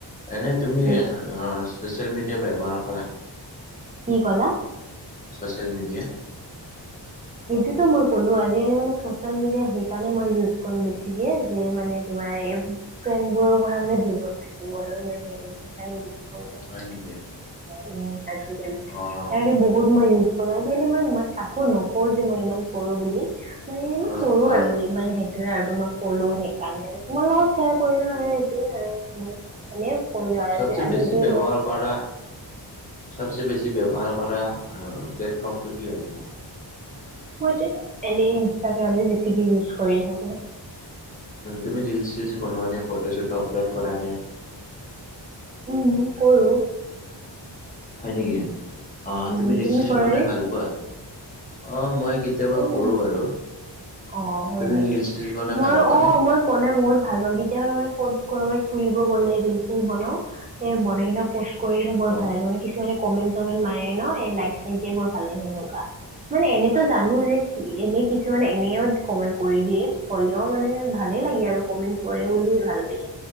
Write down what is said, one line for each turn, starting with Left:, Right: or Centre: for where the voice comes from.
Left: এনেই তুমি
Right: উম,
Left: চচিয়েল ম ম, ব্যৱহাৰ কৰা।
Right: কি ক'লা?
Left: Social media.
Right: <unintelligible> ম, এই, ফ্ৰেড বোৰৰ পৰা মানে দূৰত থাকিবলৈ ম, স, সেইণে
Left: হয়, নেকি।
Right: উম, আজিকালি
Left: অ',
Right: সনেকে বহুত মই ইউজ কৰো। আজিকালি মই, মই কাকো ন কওঁ যে মই ইমান কৰো বুলি মানে, মই
Left: অ',
Right: কৰো
Left: অ',
Right: আৰু ইমান সেইটোয়ে আৰু তো, মই, কলো সেইকাৰণে তোমাৰ লগত শ্বেয়াৰ কৰিলো হে, এইটোয়ে আৰু তোমাৰ এনে। কৰিলোঁ আৰু
Left: চবচে
Right: আজি আজিকালি
Left: বেছি ব্যৱহাৰ
Right: মই
Left: কৰা। চবচে বেছি ব্যৱহাৰ কৰা প্লেটফৰ্মটো কি হয়, তোমাৰ?
Right: মই এনেই ইনষ্টাগ্ৰামে বেছিকে ইউজ কৰি থাকো।
Left: তুমি ৰিলচ, চলচ বনোৱা নে, ফটো চটো আপলোড কৰা নে।
Right: উম, কৰো।
Left: হয় নেকি, অ,
Right: উম
Left: তুমি ৰিল, চল
Right: কৰা
Left: বনাই
Right: নে?
Left: ভাল পোৱা অ, মই। কেতিয়াবা
Right: উম
Left: কৰোঁ বাৰু।
Right: অ, হয়,
Left: তুমি
Right: নেকি
Left: ৰিল চিল বনাই
Right: মই
Left: ভাল পোৱা
Right: অ,
Left: নে?
Right: মই, প বহুত ভাল পাওঁ, কেতিয়া ক'ত কৰবাত ফুৰিব গ'লে বনাও স, বনাই কি কৰি কিনে বৰ
Left: অ'।
Right: ভাল লাগে, মানে কিছুমানে কমেণ্ট, চমেণ্ট মাৰে ন, এই লাইক চাইক দিয় বৰ ভাল লাগে এনেকুৱা। মানে এনেতো জানো যে, এনেই কিছু মানে এনেও কমেণ্ট কৰি দিয়ে, হ'লেও মানে ভালে লাগে আৰু কমেণ্ট কৰে উ, ভাল লাগে।